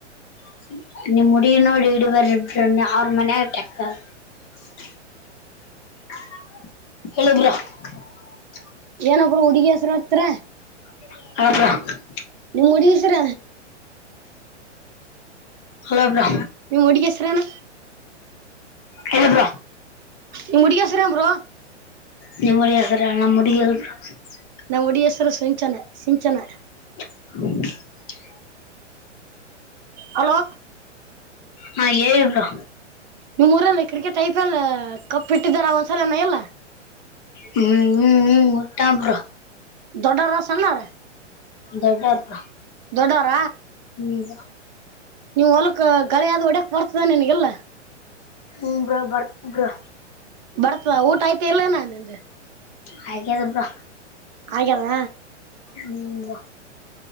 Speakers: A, on the left; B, on the right.
A: <unintelligible>
B: ಏನ ಬ್ರೋ ಹುಡ್ಗಿ ಹೆಸರು ಹತ್ರ
A: <inaudible>
B: ನಿಮ್ ಹುಡುಗಿ ಹೆಸರ
A: ಹಲೋ ಬ್ರೋ
B: ನಿಮ್ ಹುಡುಗಿ ಹೆಸರೇನ
A: ಹೇಳಿ ಬ್ರೋ
B: ನಿಮ್ ಹುಡುಗಿ ಹೆಸರೇನು ಬ್ರೋ
A: ನಿಮ್ಮಡಿ್ರ ನಮ್ಮ ಮುಡಿ ಎಲ್ <unintelligible>
B: ನಮ್ಮ ಉಡಿಯಸ್ರು ಸಿಂಚನ ಸಿಂಚನ
A: ಹ <inaudible>
B: ಹಲೋ
A: ಹಾ ಹೇಳಿ ಬ್ರೊ
B: ನಿಮ್ಮ್ಊರಲ್ಲಿ ಕ್ರಿಕೆಟ್ ಐ ಪಿ ಎಲ್ ಕಪ್ಪಿಟ್ಟಿದಾರ ಒಂದ್ಸಲನ ಎಲ್ಲ
A: ಹ್ಮ್ ಹ್ಮ್ ಹ್ಮ್ಊಟಾ ಬ್ರೊ
B: ದೊಡ್ಡರ ಸಣ್ಣರ
A: ದೊಡ್ಡಾರೋಪ
B: ದೊಡ್ಡವ್ರ
A: ಹ್ಮ್
B: ನೀವ್ ಹೊಲಕ್ ಗಳಿಾದ ಒಡಕ್ ಬರ್ತದ ನಿಿನಗೆಲ್ಲಾ <unintelligible>
A: ಹ್ಮ್ ಬ್ರೋ ಬರತ್ ಬ್ರೊ
B: ಬರ್ತಾದ ಊಟ ಆಯ್ತ ಇಲ್ಲೇ ನಾ ನಿಂದು
A: ಹಾಗೆದಪ್ಪಾ
B: ಆಗ್ಯದ
A: ಹ್ಮ್